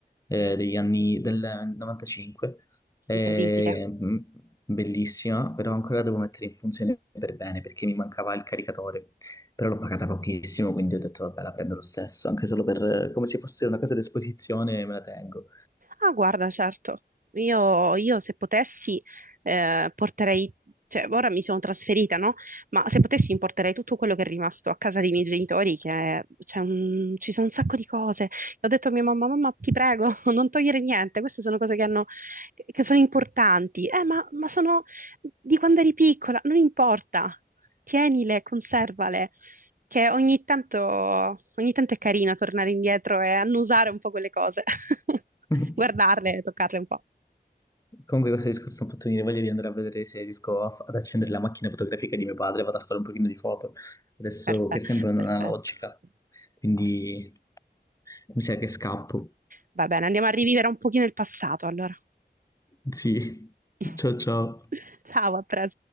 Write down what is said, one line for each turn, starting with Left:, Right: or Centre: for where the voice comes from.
Left: eh, degli anni del 95, eh,
Right: Incredibile.
Left: mh, bellissima, però ancora la devo mettere in funzione per bene perché mi mancava il caricatore, però l'ho pagata pochissimo, quindi ho detto vabbè la prendo lo stesso, anche solo per eh, come se fosse una cosa d'esposizione me la tengo.
Right: Ah, guarda, certo, io, io se potessi eh, porterei, cioè ora mi sono trasferita, no? Ma se potessi importerei tutto quello che è rimasto a casa dei miei genitori, che c'è un- ci sono un sacco di cose. E ho detto a mia mamma, mamma, ti prego, <laughs> non togliere niente, queste sono cose che hanno, che sono importanti. Eh, ma, ma sono di quando eri piccola, non importa, tienile, conservale che ogni tanto, ogni tanto è carino tornare indietro e annusare un po' quelle cose, <laughs>
Left: <laughs>
Right: guardarle, toccarle un po'.
Left: Comunque questo discorso mi ha fatto venire voglia di andare a vedere se riesco a fa- ad accendere la macchina fotografica di mio padre, vado a fare un pochino di foto, adesso
Right: Perfe-
Left: che è sempre un'analogica,
Right: perfetto.
Left: quindi mi sa che scappo.
Right: Va bene, andiamo a rivivere un pochino il passato allora.
Left: Sì,
Right: <laughs>
Left: ciao ciao.
Right: Ciao, a presto.